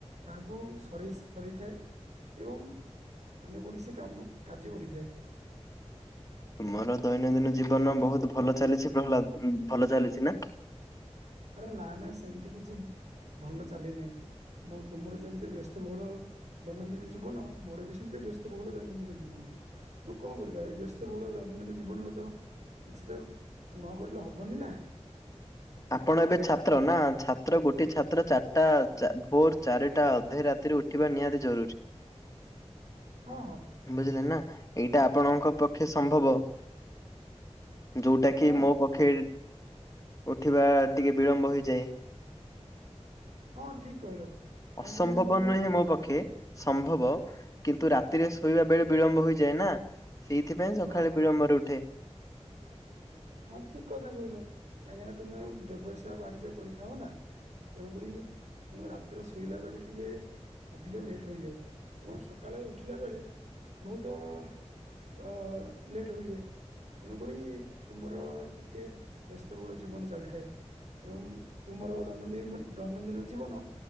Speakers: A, on the right; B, on the left.
A: ତାହାକୁ ସରାଇ ସରାଇଥାଏ ଏବଂ ଅନ୍ୟ କୌଣସି କାମ କାର୍ଯ୍ୟ କରିଥାଏ।
B: ମୋର ଦୈନନ୍ଦିନ ଜୀବନ ବହୁତ ଭଲ ଚାଲିଛି ପ୍ରହ୍ଲାଦ ଭଲ ଚାଲିଛି ନା?
A: ଆରେ ନା ନା ସେମିତି କିଛି ଭଲ ଚାଲି ନାହିଁ ମୁଁ ତୁମର ଯେମିତି ବ୍ୟସ୍ତବହୁଳ ଦୈନନ୍ଦିନ ଜୀବନ ମୋର ବି ସେମିତି ବ୍ୟସ୍ତ ବହୁଳ ଦୈନନ୍ଦିନ ଜୀବନ। କଣ କରିବା ଏ ବ୍ୟସ୍ତବହୁଳ ଦୈନନ୍ଦିନ ଜୀବନରେ ତ କିଛି ତ ନକରିଲେ ହବନି ନା
B: ଆପଣ ଏବେ ଛାତ୍ର ନା ଛାତ୍ର ଗୋଟେ ଛାତ୍ର ଚାରିଟା ଭୋର ଚାରିଟା ଅଧେ ରାତିରେ ଉ ବା ନିହାତି ଜରୁରୀ।
A: ହଁ ହଁ।
B: ବୁଝିଲେ ନା ଏଇଟା ଆପଣଙ୍କ ପକ୍ଷେ ସମ୍ଭବ। ଯୋଉଟା କି
A: ହଁ
B: ମୋ ପକ୍ଷେ ଉଠିବା ଟିକେ ବିଳମ୍ବ ହେଇଯାଏ।
A: ହଁ ଠିକ କହିଲ କାହିଁକି
B: ଅସମ୍ଭବ
A: ନା ମୁଁ
B: ନୁହେଁ ମୋ ପକ୍ଷେ ସମ୍ଭବ କିନ୍ତୁ ରାତିରେ ଶୋଇବା ବେଳେ ବିଳମ୍ବ ହୋଇଯାଏ ନା ସେଇଥି ପାଇଁ ସକାଳେ
A: ହଁ ହଁ
B: ବିଳମ୍ବରେ ଉଠେ।
A: ହଁ ଠିକ କଥା କହିଲ କାହିଁକି ନା ତୁମେ ବ୍ୟବସାୟ ବାଣିଜ୍ୟ କରିଥାଅ ନା ତେଣୁକରି ତେଣୁ ରାତିରେ ଶୋଇଲା ବେଳେ ଟିକେ ଅଧିକ ଲେଟ୍ ହୋଇଯାଏ। ଏବଂ ସକାଳେ ଉଠିଲା ବେଳେ ବହୁତ ଅ ଲେଟ୍ ହୋଇଯାଏ ତେଣୁକରି ତୁମର ଟିକେ ବ୍ୟସ୍ତ ବହୁଳ ଜୀବନ ଚାଲିଥାଏ। ଏବଂ ତୁମର ଦୈନନ୍ଦିନ ଦୈନନ୍ଦିନ ଜୀବନ